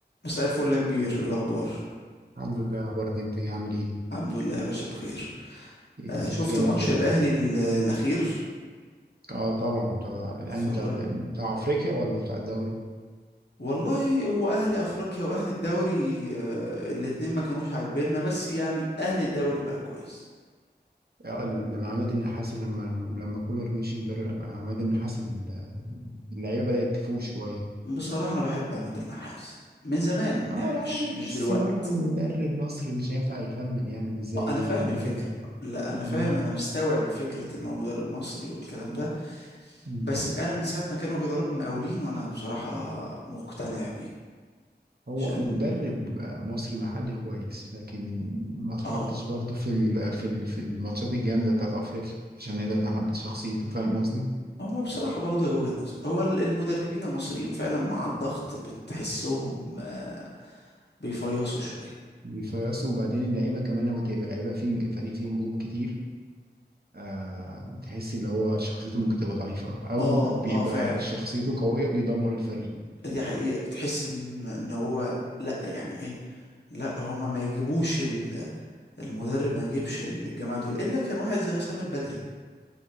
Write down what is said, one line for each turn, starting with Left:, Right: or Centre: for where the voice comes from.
Left: مساء الفل يا كبير إيه الأخبار
Right: الحمد لله اخبارك انت إيه؟ عامل ايه
Left: الحمد لله يا باشا بخير
Right: إيه،
Left: آه شفت
Right: فينك
Left: ماتش
Right: كده
Left: الأهلي ال- الأخير
Right: اه طبعا طبعا. يعني
Left: اتفرجت
Right: بتاع بتاع افريقيا ولا بتاع الدوري
Left: والله هو أهلي أفريقيا وأهلي الدوري آه الاتنين ما كانوش عاجبيننا بس يعني أهلي الدوري بقى كويس
Right: آه، لما عماد النحاس لما لما كولر مشي مدرب لما عماد النحاس ال- اللعيبه بدات تفوق شويه
Left: بصراحة أنا بحب عماد النحاس من زمان
Right: اه
Left: يعني مش
Right: يعني
Left: مش
Right: بس
Left: دلوقتي
Right: برضه مدرب مصري مش هينفع يكمل يعني مش زي
Left: آه، أنا فاهم
Right: مدرب
Left: الفكرة
Right: الأجنبي.
Left: لا أنا فاهم
Right: مم.
Left: أنا مستوعب فكرة إن هو مدرب مصري والكلام ده
Right: مم.
Left: بس أنا من ساعة ما كان هو بيدرب المقاولين وأنا بصراحة مقتنع بيه
Right: هو
Left: عشان
Right: مدرب آه، مصري محلي كويس لكن ما اتحطش
Left: آه
Right: برضه في ال- في ال- في الماتشات الجامده بتاعت افريقيا عشان نقدر نحدد شخصيته فاهم قصدي
Left: هو بصراحة برضه هي وجهة نظر هو ال- المدربين المصريين فعلا مع الضغط بتحسهم آه، بيفيصوا شوية
Right: بيفيصوا وبعدين اللعيبه كمان لما تبقى لعيبه فيه الفريق فيه نجوم كتير آه بتحس اللي هو شخصيته ممكن تبقى ضعيفه او
Left: اه
Right: بيبقى
Left: اه فعلا
Right: شخصيته قويه بيدمر الفريق
Left: دي حقيقة بتحس ان ان هو لا يعني ايه لا هما ما يجيبوش ال- المدرب ما يجيبش الجماعة دول الا كان واحد زي حسام البدري